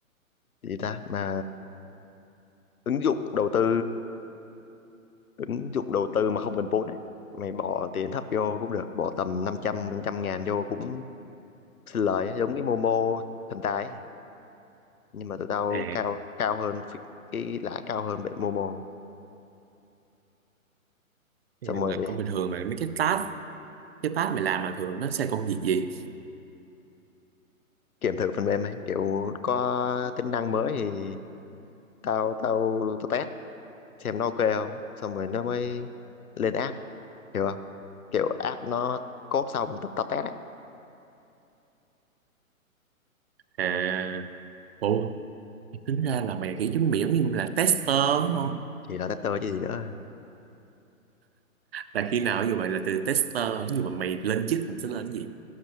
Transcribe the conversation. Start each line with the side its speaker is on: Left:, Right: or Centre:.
Left: Gì ta? Mà ứng dụng đầu tư ứng dụng đầu tư mà không cần vốn ấy. Mày bỏ tiền thấp vô cũng được. Bỏ tầm 500, trăm ngàn vô cũng xin lời ấy. Giống cái Momo thần tài ấy. Nhưng mà tụi tao
Right: À,
Left: cao cao hơn phí- cái lãi cao hơn bên Momo.
Right: là
Left: Xong rồi
Right: công bình thường mà mấy cái task, cái task mày làm mà thường nó sẽ công việc gì?
Left: kiểm thử phần mềm ấy. Kiểu có tính năng mới thì tao tao tao test xem nó ok không xong rồi nó mới lên app hiểu không kiểu app nó code xong tao, tao test ấy
Right: À, ủa, tính ra là mày kiểu giống miệng như là tester đúng không?
Left: thì là tester chứ gì nữa
Right: Là khi nào như vậy là từ tester, nhưng mà mày lên chức mình sẽ lên cái gì?